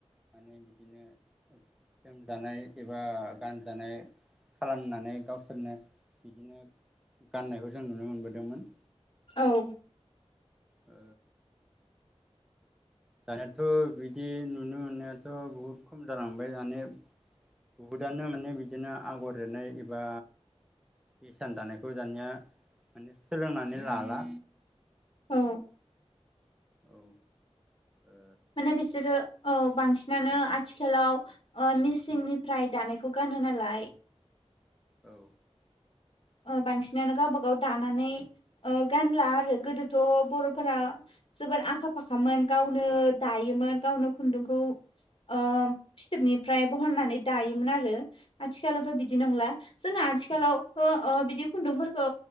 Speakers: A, in the centre; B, on the left.
A: माने बिदिनो जोमजानाय एबा गानजानाय खालामनानै गावसोरनो बिदिनो गाननायखौ जों नुनो मोनबोदोंमोन।
B: औ।
A: ओ दानियाथ' बिदि नुनो मोननायाथ' बहुद खम जालांबाय दानिया। बुहुदआनो माने बिदिनो आगर एरनाय एबा हिसान दानायखौ दानिया माने सोलोंनानै लाला।
B: औ।
A: औ। ओ
B: माने बिसोरो औ बांसिनानो आथिखालाव ओ मेचिंनिफ्राय दानायखौ गानो नालाय।
A: औ।
B: ओ बांसिनानो गावबा गाव दानानै ओ गानला आरो गोदोथ' बर'फोरा जोबोर आखा फाखामोन गावनो दायो मोन गावनो खुन्दुंखौ ओ फिथोबनिफ्राय बहननानै दायोमोन आरो आथिखालावथ' बिदि नंला जोंना आथिखालावथ' अ' बिदि खुन्दुंफोरखौ